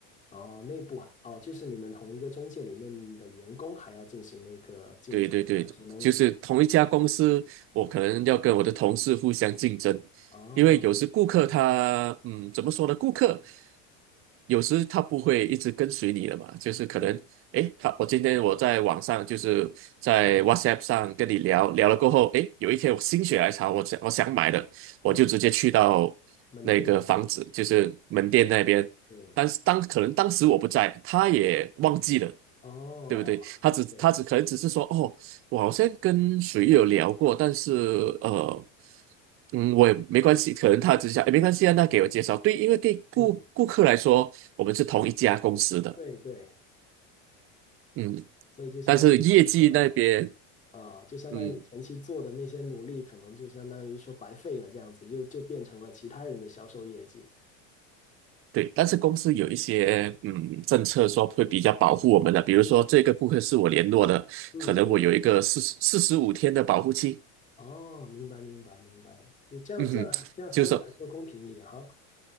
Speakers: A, on the left; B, on the right.
A: 哦，内部啊，哦，就是你们同一个中介里面的员工还要进行那个竞争，
B: 对对对，
A: 看谁能
B: 就是同一家公司，我可能要跟我的同事互相竞争，
A: 哦，
B: 因为有时顾客他，嗯，怎么说呢？顾客有时他不会一直跟随你的嘛，就是可能，
A: 对
B: 诶，他我今天我在网上就是在 WhatsApp 上跟你聊聊了过后，诶，有一天我心血来潮，我想我想买的，我就直接去到那个房子，
A: 对，门店呢，
B: 就是门店那边，
A: 对，
B: 但是当可能当时我不在，他也忘记了。
A: 哦，
B: 对不对？他只他只可能只是说，
A: 对，
B: 哦，我好像跟谁有聊过，但是呃，嗯，我也没关系，可能他只是想，哎，没关系啊，那给我介绍。对，因为对顾顾客来说，
A: 嗯，
B: 我们是同一家公司的，
A: 对对，
B: 嗯，
A: 所以就相当于这个，
B: 但是业绩那边，
A: 呃，就相当于你前期做的那些努力，
B: 嗯，
A: 可能就相当于说白费了，这样子就就变成了其他人的销售业绩。
B: 对，但是公司有一些嗯政策说会比较保护我们的，比如说这个顾客是我联络的，
A: 嗯嗯，
B: 可能我有一个四四十五天的保护期，
A: 哦，明白明白明白，就这样这样这样相对来说公平一点哈。
B: 嗯哼。就是说